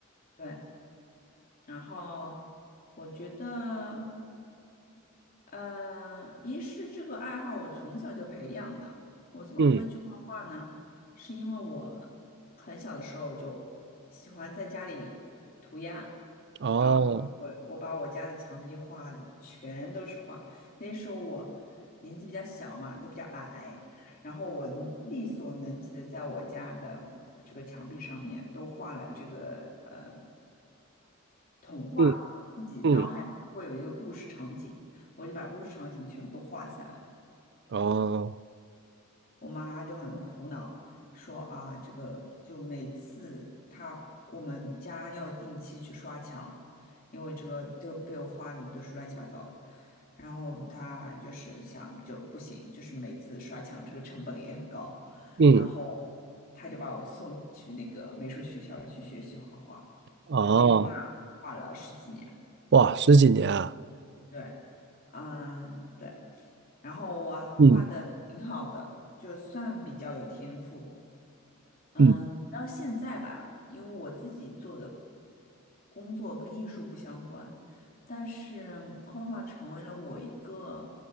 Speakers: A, on the left; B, on the right.
A: 对。然后我觉得。呃，一是这个爱好我从小就培养了。我怎么会去画画呢？
B: 嗯，
A: 是因为我很小的时候就喜欢在家里涂鸦，
B: 哦，
A: 然后我我把我家的墙壁画的全都是画。那时候我年纪比较小嘛，就比较矮，然后我力所能及的在我家的这个墙壁上面都画了这个呃。童话，
B: 嗯，
A: 我自己脑海里会有一个故事场景，
B: 嗯，
A: 我就把故事场景全部都画下来。
B: 哦，
A: 我妈就很苦恼，说啊，这个就每次她我们家要定期去刷墙，因为这个都被我画的都是乱七八糟的。然后她就是想就不行，就是每次刷墙这个成本也很高，
B: 嗯，
A: 然后她就把我送去那个美术学校去学习画画，
B: 哦，
A: 然后一画画了十几年。
B: 哇，十几年啊！
A: 对，嗯，对。然后我还画的挺好的，
B: 嗯
A: 就算比较有天赋。嗯，
B: 嗯，
A: 到现在吧，因为我自己做的工作跟艺术不相关，但是嗯画画成为了我一个